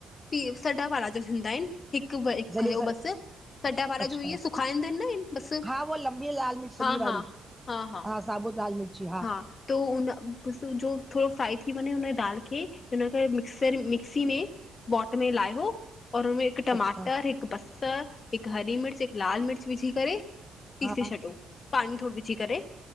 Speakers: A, on the left; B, in the centre.
A: पीअ सॾा वारा जो थींदाइन हिकु ब हिकु
B: सॼे
A: खयों
B: स
A: बसि सॾा वारा
B: अच्छा
A: जो ईये सुखाईंदाइन न बस
B: हा उहा लंबी लाल मिर्च सॼी
A: हा-
B: वारी
A: हा हा- हा
B: साबुत लाल मिर्ची
A: -हा, तो उन बस वो जो थोड़ो फ्राए थी वञे हुन दालि खे हिन करे मिक्सर मिक्सी में पॉट में लाह्ये और हुनमें हिक टमाटर
B: अच्छा
A: हिक बसर हिक हरी मिर्च हिक लाल मिर्च विझी करें पीसे
B: हा
A: छॾो पानी थोड़ो विझी करे